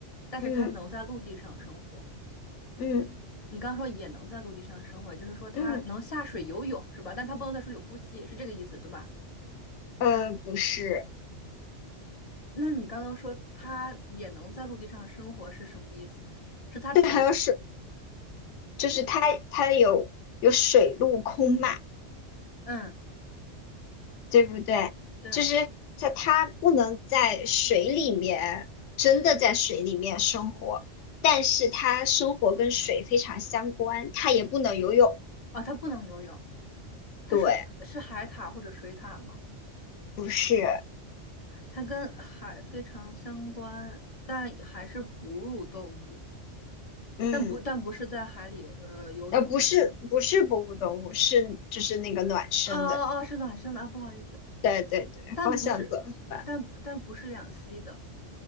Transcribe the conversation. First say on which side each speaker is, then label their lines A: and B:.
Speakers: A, on the left (about 45°); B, on the left (about 80°).
A: 但是它能在陆地上生活。
B: 嗯嗯
A: 你刚刚说也能在陆地上生活，也就是说它能下水游泳是吧？
B: 嗯，
A: 但它不能在水里呼吸，是这个意思对吧？
B: 呃，不是，
A: 那你刚刚说它也能在陆地上生活是什么意思？是它只，
B: 对还有水。就是它它有有水陆空嘛，
A: 嗯，
B: 对不对？
A: 对，
B: 就是在它不能在水里面真的在水里面生活，但是它生活跟水非常相关，它也不能游泳。
A: 啊，它不能游泳，它是是海獭或者水獭吗？
B: 对，不是，
A: 它跟海非常相关，但还是哺乳动物，
B: 嗯，
A: 但不但不是在海里游呃游泳的这种。
B: 呃，不是不是哺乳动物，是就是那个卵生的。
A: 哦哦，是卵生的啊，不好意思，
B: 对对对，
A: 但不是，
B: 方向走反了。
A: 但但不是两栖的，